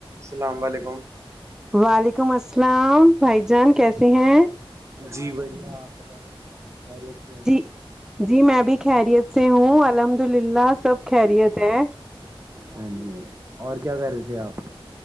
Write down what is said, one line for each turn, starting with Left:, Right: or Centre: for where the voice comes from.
Right: السلام علیکم
Centre: وعلیکم السلام بھائی جان کیسے ہیں
Right: جی بڑھیا آپ بتائیں خیریت سے ہیں ہم
Centre: جی جی میں بھی خیریت سے ہوں الحمد للہ سب خیریت ہے
Right: ہاں جی اور کیا کر رہے تھے آپ